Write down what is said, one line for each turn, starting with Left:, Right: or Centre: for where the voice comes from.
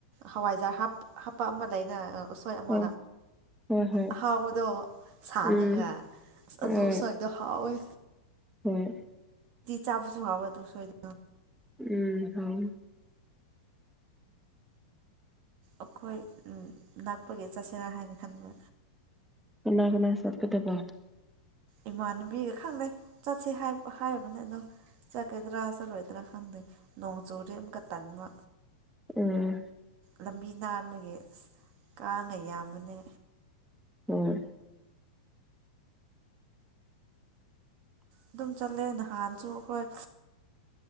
Right: ꯍꯋꯥꯏꯖꯥꯔ ꯍꯥꯞ ꯍꯥꯞꯄ ꯑꯃ ꯂꯩꯅ ꯎꯁꯣꯏ ꯑꯃ
Centre: ꯑꯣ ꯍꯣꯏ ꯍꯣꯏ
Right: ꯑꯍꯥꯎꯕꯗꯣ ꯁꯥꯡꯉꯒ
Centre: ꯎꯝ
Right: ꯑꯁ
Centre: ꯍꯣꯏ
Right: ꯑꯗꯨ ꯎꯁꯣꯏ ꯗꯣ ꯍꯥꯎꯏ
Centre: ꯍꯣꯏ
Right: ꯆꯥꯁꯨ ꯍꯥꯏꯋꯥ ꯑꯗꯨꯨ ꯎꯁꯣꯏꯗꯣ
Centre: ꯎꯝ ꯍꯥꯎꯏ
Right: ꯑꯩꯈꯣꯏ ꯅꯛꯄꯒꯤ ꯆꯠꯁꯦꯔꯥ ꯍꯥꯏꯅ ꯈꯟꯕ
Centre: ꯀꯅꯥ ꯀꯅꯥ ꯁꯠꯀꯗꯕ
Right: ꯏꯃꯥꯟꯅꯕꯤꯒ ꯈꯪꯅꯩ ꯆꯠꯁꯤ ꯍꯥꯏ ꯍꯥꯏꯔꯕꯅꯦ ꯑꯗꯣ ꯆꯠꯀꯗ꯭ꯔꯥ ꯆꯠꯂꯣꯏꯗ꯭ꯔꯥ ꯈꯪꯗꯦ ꯅꯣꯡ ꯆꯨꯔꯗꯤ ꯑꯃꯨꯛꯀ ꯇꯟꯕ
Centre: ꯎꯝ
Right: ꯂꯝꯕꯤ ꯅꯥꯟꯕꯒꯤ ꯀꯥꯡꯒ ꯌꯥꯝꯕꯅꯦ
Centre: ꯎꯝ
Right: ꯑꯗꯨꯝ ꯆꯠꯂꯦ ꯅꯍꯥꯟꯁꯨ ꯑꯈꯣꯏ